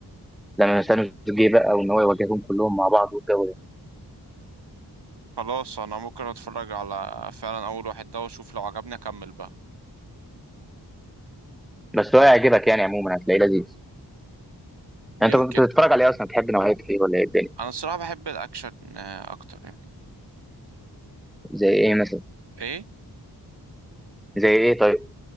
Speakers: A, in the centre; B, on the right.
A: لما ثانوس جه بقى وان هو يواجههم كلهم مع بعض والجو ده
B: خلاص انا ممكن اتفرج على فعلا اول واحد ده واشوف لو عجبني اكمل بقى
A: بس هو هيعجبك يعني عموما هتلاقيه لذيذ يعني
B: يمكن
A: انت كنت بتتفرج عليه اصلا بتحب نوعيه ايه ولا ايه الدنيا
B: انا الصراحه بحب الاكشن آه، اكتر يعني
A: زي ايه مثلا
B: ايه
A: زي ايه طيب